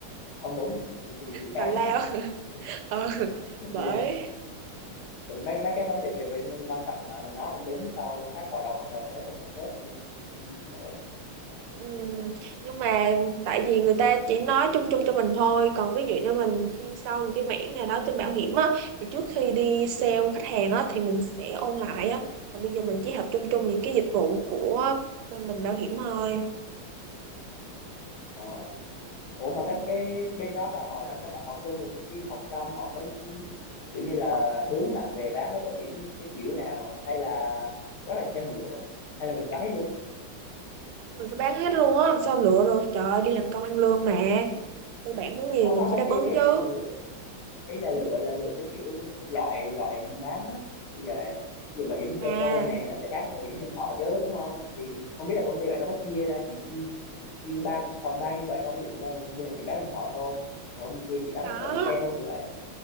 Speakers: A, on the left; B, on the right.
A: không đúng thì thì, thì
B: tào
A: to à.
B: lao <laughs>
A: <laughs>
B: ừ
A: Thì
B: bởi
A: vậy. Tại vì mấy mấy cái vấn đề về về nó cũng quan trọng mà mình nói không đúng sau khách họ đọc hợp đồng họ thấy không không khớp thì cũng cũng cũng ổn.
B: Ừ, nhưng mà tại vì người ta chỉ nói chung chung cho mình thôi còn ví dụ như mình chuyên sâu một cái mảng nào đó trên bảo hiểm á thì trước khi đi sale khách hàng á thì mình sẽ ôn lại á còn bây giờ mình chỉ học chung chung những cái dịch vụ của bên mình bảo hiểm thôi
A: Ờ ủa mà
B: ừ.
A: cái cái bên đó là họ đang cho bạn học chung rồi khi mà học xong họ mới kiểu như là hướng bạn về bán cái bảo hiểm cái kiểu nào à? hay là đó là do mình lựa hay là mình phải bán hết luôn
B: mình phải bán hết luôn á làm sao lựa được trời ơi, đi làm công ăn lương mà tư bản muốn gì
A: không
B: mình
A: không không
B: phải đáp
A: ý
B: ứng
A: ý
B: chứ
A: đây là lựa ý là
B: ừ.
A: lựa là lựa theo kiểu loại loại mình bán á như vậy giờ bảo hiểm
B: à
A: xe ô tô nè nó sẽ khác với bảo hiểm nhân thọ chứ đúng không thì không biết là công ty bạn nó có chia ra chỉ chuyên chuyên ban phòng ban như vậy không ví dụ phòng ban này, bên này chỉ bán nhân thọ thôi còn bên kia chỉ bán
B: có
A: bảo hiểm xe thôi kiểu vậy á